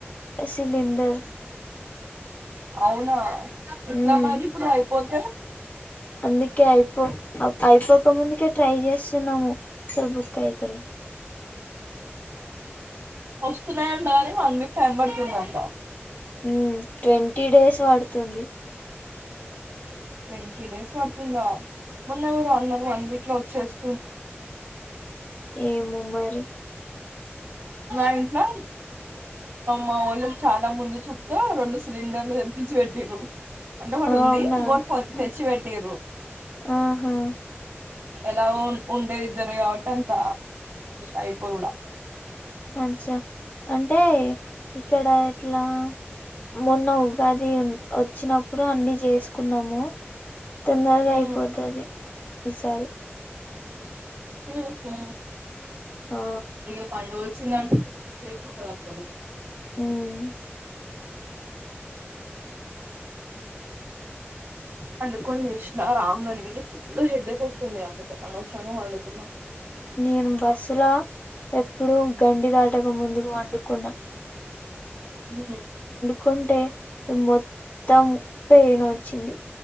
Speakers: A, on the left (about 40°); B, on the right (about 70°).
A: సిలింండర్
B: అవునా ఎట్లా
A: ఉమ్
B: మారి పయి పొతే
A: అందుకే అయిపో అప్- అయిపోక ముందుకే ట్రై చేస్త న్నాము స్వల్ బక్కైతలే
B: వస్తున్నాయింట కాని వన్ వీక్ టైం పడుతుందంట
A: ఉమ్ ట్వంటీ డేస్ పడుతుంది
B: ట్వంటీ డేస్ వాడుతుందా మున్న ఎవారో అనారు వన్ వీక్ లో చెస్
A: ఎమో మరి
B: మా ఇంట్లో మా ఊళ్ళలు చాలా ముందు చూపుతూ రెండు సిలిండర్లు ఎల్పించి పెట్టారు అంటే ఒకటి
A: అవునా
B: ఉంది ఇంకోటి
A: ఆ-
B: తెచ్చి పెట్ట్ర
A: ఆహా
B: ఎలా ఉండేదిద్దరు కాబట్టి అంత అయిపోధు కుడా
A: అచ్చా అంటే ఇక్కడ ఎట్లా మొన్న ఉగాది వో వచ్చినప్పుడు అన్ని చేసుకున్నాము తొందరగా
B: ఉమ్,
A: అయిపోతది విచారి
B: హ్మ్ హు
A: ఆ
B: ఇంగ పండవులు వచ్చిందంట్ వేసుకోక తప్పదు
A: హ్మ్
B: పండుకొని లేసిన రాంగ్ నే ఫుల్ హెడ్డక్ వస్తుంది అంతకు అనవసరంగా వండుకున్నా
A: నేను బస్సులో ఎప్పుడు గండి దాటక ముందుకు పండుకున్నా
B: హ్మ్
A: కుంటే మొత్తం పెయిన్ వచ్చింది